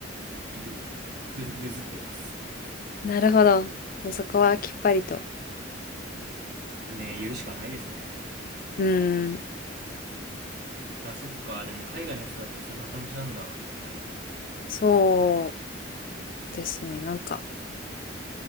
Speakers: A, on the right; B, on the left.
A: ぐ、ぐず、ぐずってます。
B: なるほど。もうそこはきっぱりと。
A: ねえ、言うしかないですね。
B: うん、
A: あ、そっか。でも海外の人だとそんな感じなんだ。
B: そうですね。なんか、